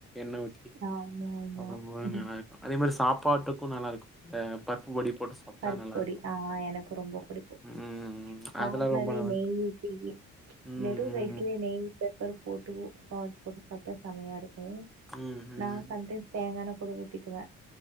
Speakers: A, in the centre; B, on the right (about 55°).
A: எண்ண ஊற்றி
B: ஆமா ஆமா
A: அப்ப போ நல்லா இருக்கும் அதே மாரி சாப்ப பாட்டுக்கும் நல்லா இருக்கும் இந்த பருப்பு பொடி போட்டு சாப்ட்டா
B: பருப்பு
A: நல்லா
B: பொடி
A: இருக்கும்
B: ஆ எனக்கு ரொம்ப பிடிக்கும்
A: ம்
B: நார்மலாவே
A: அதெல்லாம் ரொம்ப நல்லா
B: நெய்
A: இருக்கும்
B: ஊத்தி
A: ம்
B: வெறும் ரைஸ்லயே நெய் பேப்பர் போட்டு சால்ட் போட்டு சாப்பட்டா செமையா இருக்கும் ஹ
A: ம் ம்
B: நான் சந்த தேங்கான கூட ஊத்திக்குவேன்